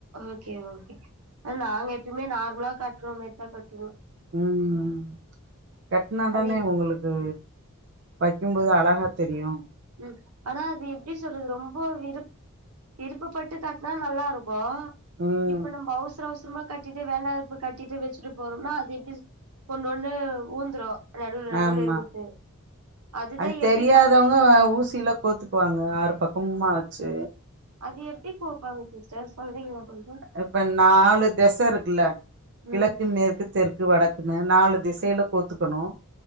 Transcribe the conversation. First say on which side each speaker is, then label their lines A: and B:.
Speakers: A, on the right (about 80°); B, on the right (about 50°).
A: ஓகே ஓகே நாங்க எப்பயுமே நார்மலா கட்டுறோம் மேறிதான் கட்டுவோம்
B: ம் கட்டினா
A: அது
B: தானே உங்களுக்கு வைக்கும்போது அழகா தெரியும்
A: ம் ஆனா அது எப்படி சொல்றது ரொம்ப விரு விருப்பப்பட்டு கட்னா நல்லா இருக்கும்
B: ம்
A: இப்போ இப்ப நம்ப அவசர அவசரமா கட் இது வேணா இப்ப கட்டிட்டு வெச்சுட்டு போறோம்னா அது எப்படி ஒண்ணு ஒண்ணு ஊந்துரும் நடுவுல நடுவுல
B: ஆமா
A: இருக்குறது அதுதான்
B: அது தெரியாதவங்க
A: எப்படி கட்
B: ஊசியில கோத்துக்குவாங்க ஆறு பக்கமுமாச்சு
A: அது எப்படி கோப்பாங்க சிஸ்டர் சொல்றீங்களா கொஞ்சம்
B: இப்ப நாலு தெச இருக்குல்ல கிழக்கு
A: ம்
B: மேற்கு தெற்கு வடக்குன்னு நாலு திசையில கோத்துக்கணும்